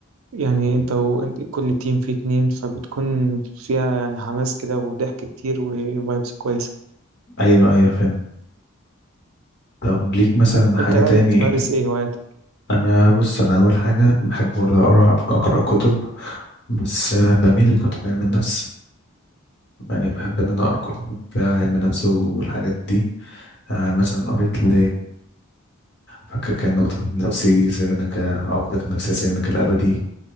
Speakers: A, on the right (about 75°); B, on the left (about 50°).
A: يعني انت و... كل تيم فيه اتنين فبتكون فيها يعني حماس كده وضحك كتير وفايبس كويسه
B: ايوه ايوه فاهم طب ليك مثلا حاجه
A: انت بقى
B: تاني
A: بتمارس ايه هواياتك
B: انا بص انا اول حاجه بحب برضه اقرا اقرا كتب بس آه، بميل لكتب علم النفس يعني بحب ان انا اقرا كتب بتاع علم النفس والحاجات دي آه، مثلا قريت ل فاكر كان طبيب نفسي سجنك عقدك النفسية سجنك الأبدي